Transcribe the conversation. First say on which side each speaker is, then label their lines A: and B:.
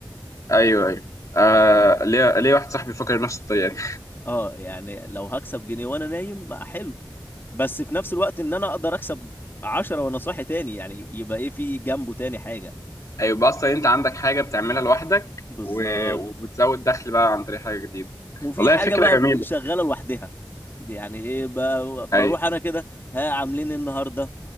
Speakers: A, on the left (about 45°); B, on the left (about 30°).
A: ايوه ايوه آه ليه ليه واحد صاحبي فكر نفس الطريقة دي
B: اه يعني لو هكسب جنيه وانا نايم ما حلو بس في نفس الوقت ان انا اقدر اكسب 10 وانا صاحي تاني يعني يبقى ايه في جنبه تاني حاجة
A: <laughs> هيبقى اصلا انت عندك حاجة بتعملها لوحدك
B: بالظبط
A: و... وبتزود دخل بقى عن طريق حاجة جديدة
B: وفي
A: والله
B: حاجة
A: فكرة
B: بقى
A: جميلة
B: شغالة لوحدها دي يعني ايه ب-
A: ايوه
B: بروح انا كده ها عاملين إيه النهاردة